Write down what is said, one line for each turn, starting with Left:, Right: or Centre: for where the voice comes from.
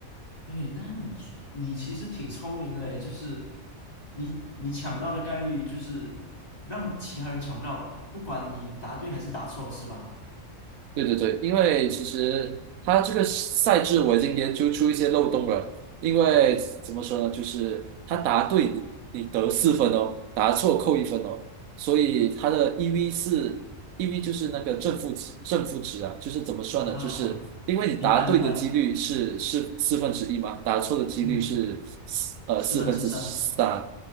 Left: 对，那你你其实挺聪明的诶，就是你你抢到的概率就是让其他人抢不到，不管你答对还是答错，是吧？
Right: 对对对，因为其实他这个赛制我已经研究出一些漏洞了。因为怎么说呢，就是他答对你你得四分哦，答错扣一分哦，所以他的 EV 是 EV 就是那个正负值正负值啊，就是怎么算呢？
Left: 啊，
Right: 就是因为你答对的几率是是四分之一嘛，
Left: 明白明白，
Right: 答错的几率是四呃四分之三，
Left: 嗯，四分之三。